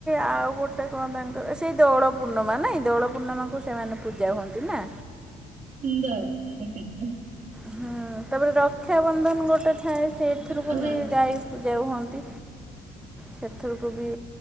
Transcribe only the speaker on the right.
ସୁନ୍ଦର ଦେଖାଯିବ।
ହଁ ହଁ
ସେକେଣ୍ଡ